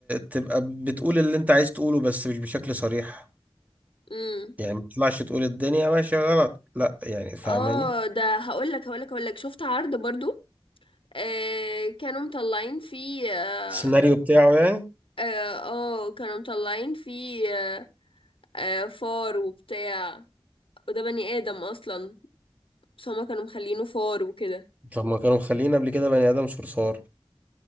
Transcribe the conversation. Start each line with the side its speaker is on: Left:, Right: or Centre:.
Right: تبقى بتقول اللي انت عايز تقوله بس مش بشكل صريح
Left: امم
Right: يعني ما تطلعش تقول الدنيا ماشيه غلط لا يعني فاهماني
Left: اه ده هقول لك هقول لك هقول لك شفت عرض برضو آه كانوا مطلعين فيه اه,
Right: السيناريو بتاعه يعني
Left: آه آه، كانوا مطلعين فيه آه فار وبتاع وده بني آدم أصلا بس هما كانوا مخلينه فار وكده
Right: طب ما كانوا مخليين قبل كده بني ادم صرصار